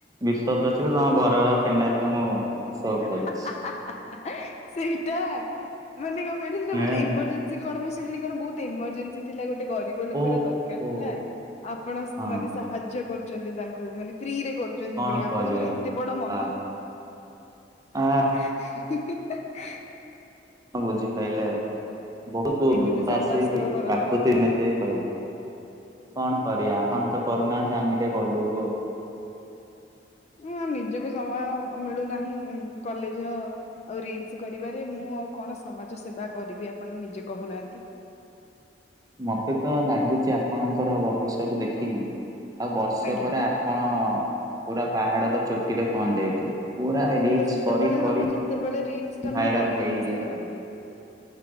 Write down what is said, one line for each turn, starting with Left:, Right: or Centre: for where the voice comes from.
Right: ବିଶ୍ୱ ପ୍ରସିଦ୍ଧ ତମ <unintelligible> କେନାଲ ଆମ ଘାସ ଉପାଡୁଛି
Left: ହା ହା ହା ହା ସେଇଟା ମାନେ କଣ କହିଲ ସେସବୁ
Right: ହେଁ
Left: ବହୁତ ଏମର୍ଜେନ୍ସି କଣ ମୁଁ ସୁଣିଲି କଣ ବହୁତ ଏମର୍ଜେନ୍ସି। ଥିଲା ଗୋଟେ ଗରିବ ଲୋକର
Right: ଓ
Left: ଦରକାରଥିଲା
Right: ଓ
Left: ଆପଣ
Right: ହଁ
Left: ମାନେ ସାହାଯ୍ୟ କରୁ ତାଙ୍କୁ ମାନେ ଫ୍ରିରେ କରୁଛନ୍ତି
Right: କଣ
Left: ପୁଣି ଆପଣଙ୍କର
Right: କରିବା
Left: ଏତେ ବଡ ମନ
Right: <unintelligible>
Left: ହିଁ ହିଁ ହେଁ ହେଁ
Right: ହଁ ବୁଝିପାରଲେ ଆଉ ବହୁତ
Left: ଏମିତି
Right: ଦୁଃଖ
Left: ସମାଜ
Right: ଆସିକି
Left: ସେବା କରନ୍ତୁ।
Right: କାକୁତି ମିନତି ହେଇ କହିଲେ। କଣ କରିବା ଆପଣତ କରୁନାହାନ୍ତି ଆମେ ଟିକେ କରିଦବୁ ଆଉ
Left: ଉଁ ନିଜକୁ ସମୟ ମିଳୁନାହିଁ କଲେଜ ଆଉ ରିଲସ କରିବାରେ ମୁଁ ଆଉ କଣ ସମାଜ ସେବା କରିବି ଆପଣ ନିଜେ କହୁନାହାନ୍ତି?
Right: ମତେତ ଲାଗୁଚ ଆପଣଙ୍କର ଭବିଷ୍ୟକୁ ଦେଖିକି ଆଉ ବର୍ଷେ
Left: ଆଜ୍ଞା
Right: ପରେ ଆପ ଆପଣ ପୁରା ପାହାଡର ଚୂଟିରେ ପହଞ୍ଚିଯାଇ ପୁରା
Left: ସେଇଟା
Right: ରିଲ୍ସ
Left: ସେତେବେଳେ
Right: କରି କରି
Left: ହବ ଯେତେବେଳେ ରିଲସ ଟା
Right: ଭାଇରାଲ
Left: ମୁଁ କଣ୍ଟିନ୍ୟୁସଲି
Right: ହେଇ ହେଇ
Left: କରିବି।